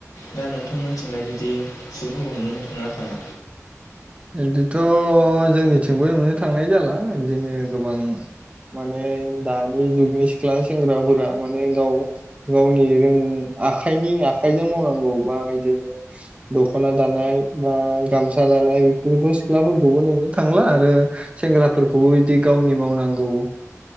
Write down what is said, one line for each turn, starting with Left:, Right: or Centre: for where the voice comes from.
Left: दा नोंथां मोन होनलाय बिदि सुबुंखौ नुनोनो थाङा थाङा
Right: बिदिथ जोंनिथिंबो नुनो थांनाय जाला बिदिनो गोबां माने दानि जुगनि सिख्ला सेंग्राफोरा माने गाव गावनि रों आखाइनि आखाइजों मावनांगौ बा इदिनो दखना दानाय बा गामसा दानाय बिदि सिख्लाफोरखौबो नुनो थांला आरो सेंग्राफोरखौबो इदि गावनि मावनांगौ